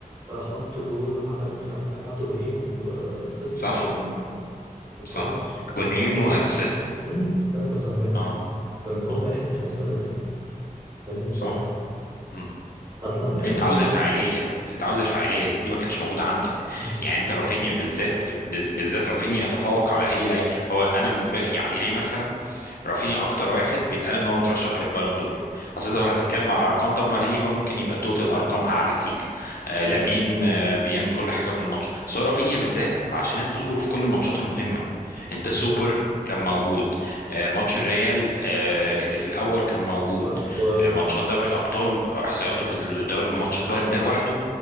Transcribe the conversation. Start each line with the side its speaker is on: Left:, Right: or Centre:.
Right: فحط جول وعمل مش عارف حط جولين واسيست
Left: صح
Right: تقريبا وخلاص
Left: صح
Right: يعني
Left: جونين
Right: احنا مش عايزين
Left: واسيست
Right: الا كده امم ثلاث مساهمات
Left: اه
Right: فاللي هو
Left: اه
Right: احنا مش عايزين الا كده فاهم ازاي؟
Left: صح مم.
Right: اطلع يعني
Left: انت
Right: من
Left: عاوز
Right: ال-
Left: الفاعليه انت عاوز الفاعليه دي دي ما كانتش موجوده عندك
Right: بالظبط
Left: يعني انت رافينيا بالذات ب- بالذات رافينيا يتفوق على اي لعيب هو انا بالنسبه لي يعني ليه مثلا رافينيا اكتر واحد بيتقال ان هو مترشح للبالون دور اصل
Right: مم.
Left: انت لو هتتكلم على الارقام طب ما هليفا ممكن يبقى التوتال ارقام اعلى سيك آه
Right: مم.
Left: لامين آه بيعمل كل حاجه في الماتش بس هو رافينيا بالذات عشان ظهوره في كل الماتشات المهمه انت
Right: بالظبط
Left: سوبر كان موجود آه، ماتش الريال آه، اللي في الاول كان موجود
Right: ماتش البايرن
Left: آه، ماتشات دوري ابطال احصائياته في الدوري ماتش بايرن
Right: مم.
Left: ده لوحده